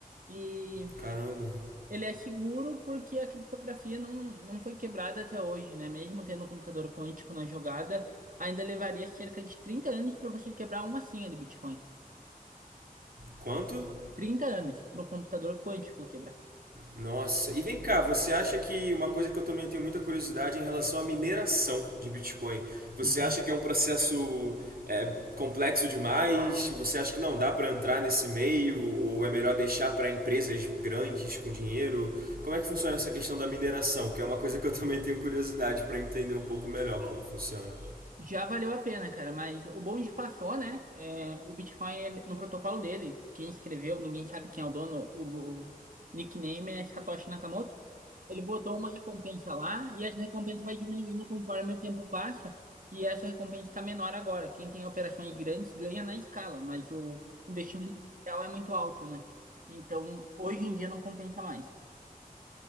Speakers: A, on the right; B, on the right.
A: E
B: caramba.
A: ele é seguro porque a criptografia não, não foi quebrada até hoje, né? Mesmo tendo um computador quântico na jogada, ainda levaria cerca de 30 anos para você quebrar uma senha de Bitcoin.
B: Quanto?
A: 30 anos para o computador quântico quebrar.
B: Nossa, e vem cá, você acha que uma coisa que eu também tenho muita curiosidade é em relação à mineração de Bitcoin, você
A: Uhum.
B: acha que é um processo é, complexo demais? Você acha que não dá para entrar nesse meio ou é melhor deixar para empresas grandes com dinheiro? Como é que funciona essa questão da mineração? Que é uma coisa que eu também tenho curiosidade para entender um pouco melhor como funciona.
A: Já valeu a pena, cara, mas o bonde passou, né? É, o Bitcoin, ele- no protocolo dele, quem escreveu, ninguém sabe quem é o dono, o, o nickname é Satoshi Nakamoto. Ele botou uma recompensa lá e essa recompensa vai diminuindo conforme o tempo passa. E essa recompensa está menor agora. Quem tem operações grandes ganha na escala, mas o investimento inicial é muito alto, né? Então, hoje em dia não compensa mais.